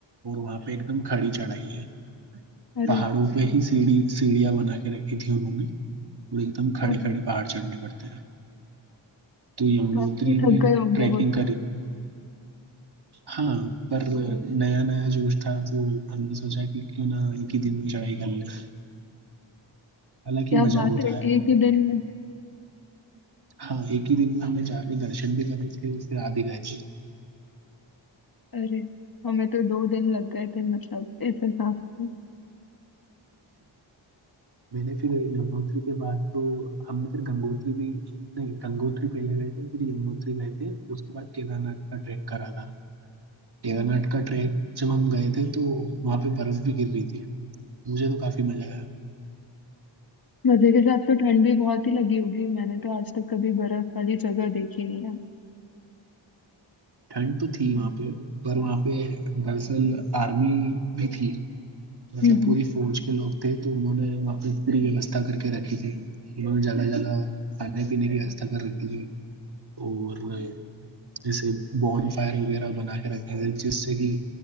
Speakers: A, on the right; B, on the left.
A: और वहाँ पे एकदम खड़ी चढ़ाई है
B: अरे
A: पहाड़ों पे ही सीढ़ी सीढ़ियाँ बना के रखी थी उन्होंने और एकदम खड़े
B: हाँ
A: खड़े
B: हाँ
A: पहाड़ चढ़ने पड़ते हैं तो यमुनोत्री
B: काफी
A: में
B: थक गए होंगे
A: ट्रैकिंग
B: वो तो
A: करी हाँ पर नया नया जोश था तो हमने सोचा कि क्यों ना एक ही दिन में चढ़ाई कर ले हालांकि
B: क्या
A: मजा
B: बात
A: बहुत
B: है
A: आया
B: एक ही दिन में
A: हाँ एक ही दिन में हमने जाके दर्शन भी करे थे और फिर आ भी गए थे
B: अरे हमें तो दो दिन लग गए थे मतलब इस हिसाब से
A: मैंने फिर यमुनोत्री के बाद तो हमने फिर गंगोत्री भी नहीं गंगोत्री पहले गए थे फिर यमुनोत्री गए थे उसके बाद केदारनाथ का ट्रैक करा था केदारनाथ का ट्रैक जब हम गए थे तो वहाँ पे बर्फ भी गिर रही थी मुझे तो काफी मजा आया
B: मजे के साथ तो ठंड भी बहुत ही लगी होगी मैंने तो आज तक कभी बर्फ वाली जगह देखी नहीं है
A: ठंड तो थी वहाँ पे पर वहाँ पे दरअसल आर्मी भी थी मतलब
B: हम्म
A: पूरी
B: हम्म,
A: फौज के लोग थे तो उन्होंने वहाँ पे पूरी व्यवस्था करके रखी थी उन्होंने जगह जगह खाने पीने की व्यवस्था कर रखी थी और जैसे बॉनफायर वगैरह बना के रखे हैं जिससे कि